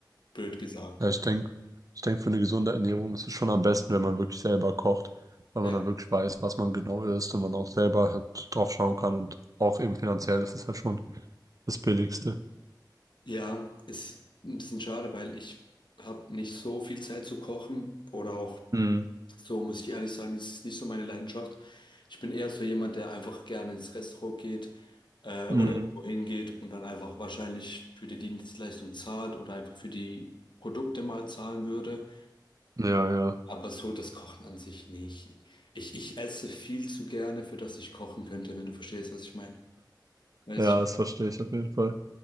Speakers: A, on the left; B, on the right.
A: blöd gesagt.
B: Ja, ich denke, ich denk, für eine gesunde Ernährung ist es schon am besten, wenn man wirklich selber kocht, weil
A: Ja,
B: man dann wirklich weiß, was man genau isst und man auch selber halt drauf schauen kann und auch eben finanziell ist es halt schon das Billigste.
A: ja, ist ein bisschen schade, weil ich habe nicht so viel Zeit zu kochen oder auch
B: Mhm.
A: so, muss ich ehrlich sagen, das ist nicht so meine Leidenschaft. Ich bin eher so jemand, der einfach gerne ins Restaurant geht äh,
B: Mhm.
A: oder wohin geht und dann einfach wahrscheinlich für die Dienstleistung zahlt oder einfach für die Produkte mal zahlen würde.
B: Ja, ja.
A: Aber so das Kochen an sich nicht. Ich, ich esse viel zu gerne, für das ich kochen könnte, wenn du verstehst, was ich meine. Weiß
B: Ja,
A: ich.
B: das verstehe ich auf jeden Fall.